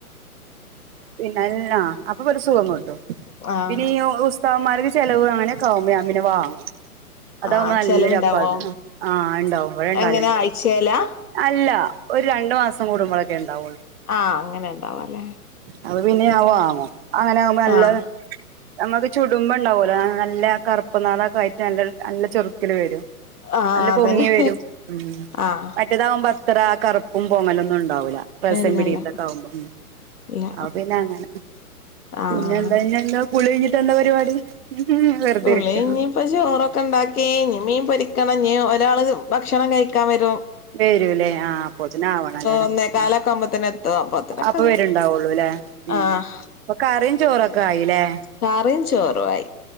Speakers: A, on the right; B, on the left.
A: പിന്നെല്ല അപ്പൊ ഒരു സുഖം കിട്ടും
B: ആഹ്
A: പിന്നെ ഇ ഓ ഇപ്പൊമാർക്ക് ചെിലവ് അങ്ങനെെക്കആവുമ്പോ ഞൻ പിന്നെ വാങ്ങും അതകുമ്പോ
B: ആഹ്
A: നല്ല
B: ചെലവുണ്ടാവോ
A: ചപ്പാത്തി ആ ഉണ്ടാവും ഇവിടെ ഉണ്ടാലുണ്ട്
B: എങ്ങനെ ആഴ്ചേലാ
A: അല്ല ഒരു രണ്ടു മാസം കൂടുമ്പോഴൊക്കെ ഉണ്ടാവുള്ളൂ
B: ആ അങ്ങനെ ഇണ്ടാവും അല്ലേ
A: അത് പിന്നെ ആവോ ആവോ അങ്ങനെ ആവുമ്പോ നല്ല
B: ആഹ്
A: നമ്മുക്ക് ചുടുമ്പ ഉണ്ടാവൂലോ നല്ല കറുപ്പ്നാളൊക്കെ ആയിട്ട് നല്ല നല്ല ചെറുക്കില് വരും
B: ആഹ്
A: അല്ല
B: അതന്നെ
A: പൊങ്ങി വരും മ്മ്
B: ആഹ്
A: ആവുമ്പോ അത്ര കറുപ്പും പോങ്ങലൊന്നും ഉണ്ടാവൂ രസ്യം
B: ഇല്ലല്ല
A: പിടിീത്തക്ക ആകുമ്പോ
B: ഇല്ല
A: <unintelligible> അപ്പൊ പിന്നെ അങ്ങനെ
B: ആഹ്
A: പിന്നെ എന്താ എന്താ കുളികിഞ്ഞിട്ട് എന്താ പരിപാടി വെറുതെ
B: കുളികഴിഞ്
A: ഇരിക്ക
B: ഇനിയിപ്പ ചോറൊക്കെ ഉണ്ടാക്കി ഇനി മീൻ പൊരിക്കണമ് ഇനി അവർക്ക് വല്യആള് ഭക്ഷണം കഴിക്കാൻ വരുവോ
A: വരൂല്ലേ ആഹ പൊതിന ആവണ അല്ലേ
B: ഒന്നേകാലൊക്കെ
A: ആ
B: ആവുമ്പോത്തന്നെ എത്തും അപ്പത്തിനൊക്കെ
A: അപ്പൊ
B: നീ
A: വരെണ്ടാവുള്ളൂ അല്ലേ ഉം
B: ആഹ്
A: അപ്പൊ കറിയും ചോറൊക്കെ ആയില്ലേ
B: കറിയും ചോറും ആയി